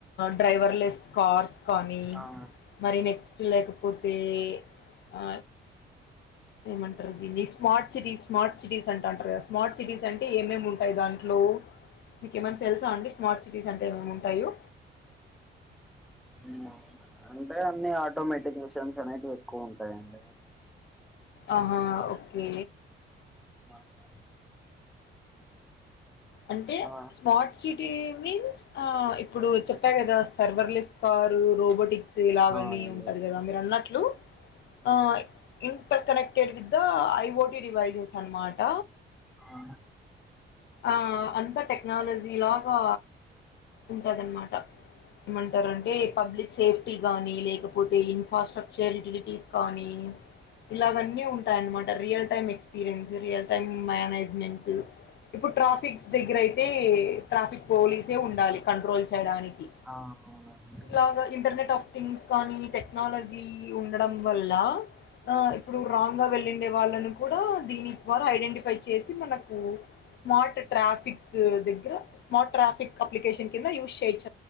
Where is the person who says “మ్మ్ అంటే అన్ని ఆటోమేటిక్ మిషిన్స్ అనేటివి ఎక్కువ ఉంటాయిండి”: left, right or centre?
Centre